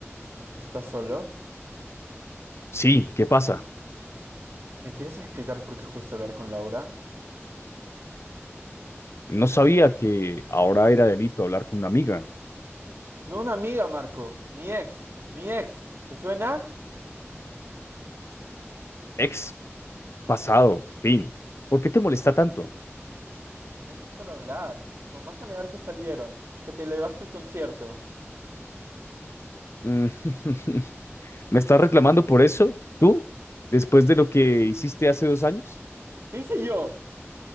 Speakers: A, on the right; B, on the left.
A: ¿Estás solo?
B: Sí, ¿qué pasa?
A: ¿Me quieres explicar por qué fuiste a hablar con Laura?
B: No sabía que ahora era delito hablar con una amiga.
A: No, una amiga, Marco. Mi ex. Mi ex. ¿Te suena?
B: Ex, pasado, fin. ¿Por qué te molesta tanto?
A: Porque no fue solo hablar. O vas a negar que salieron, que te elevaste el concierto.
B: Mm, <laughs> ¿Me estás reclamando por eso? ¿Tú? ¿Después de lo que hiciste hace dos años?
A: ¿Qué hice yo?